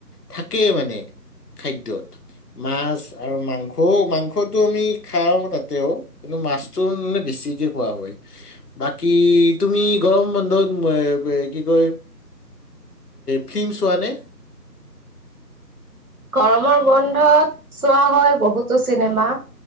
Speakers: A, on the left (about 65°); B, on the right (about 55°).
A: থাকেই মানে। খাদ্যত মাছ আৰু মাংসও মাংসত আমি খও তাতেও কিন্তু মাছতো মানে বেছি কই খোৱা হয়। বাকি, তুমি গৰম বন্ধ কি কয় ফ্িল্ম চোৱা?
B: গৰমৰ বন্ধত চোৱা হয় বহুতো চিনেমা।